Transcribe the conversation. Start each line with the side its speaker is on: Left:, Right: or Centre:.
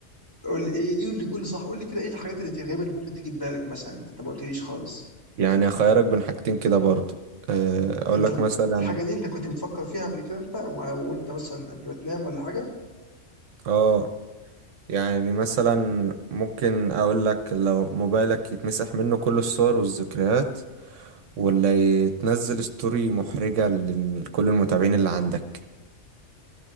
Left: قول ايه ايه اللي قول لي صح قول لي كده ايه الحاجات اللي الغريبه اللي ممكن تيجي في بالك مثلا انت ما قلتليش خالص
Right: يعني اخيرك بين حاجتين كده برضو آه، اقول
Left: انت
Right: لك
Left: ال-
Right: مثلا
Left: الحاجه دي انت كنت بتفكر فيها قبل كده انت و- وانت مثلا قبل ما تنام ولا حاجه
Right: اه يعني مثلا ممكن اقول لك لو موبايلك يتمسح منه كل الصور والذكريات ولا يتنزل ستوري محرجة لكل المتابعين اللي عندك